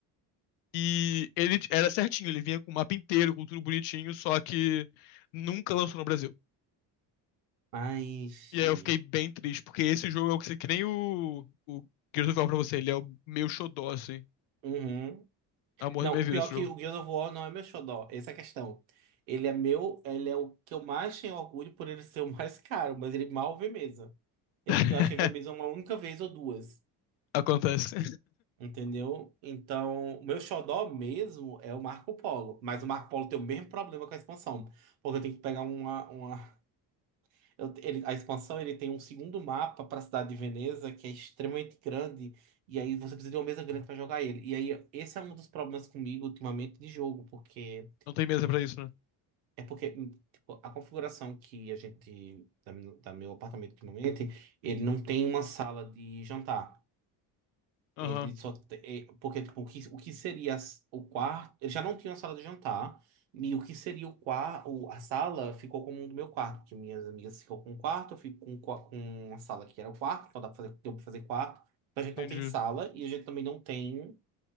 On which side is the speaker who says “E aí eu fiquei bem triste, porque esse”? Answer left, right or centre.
Left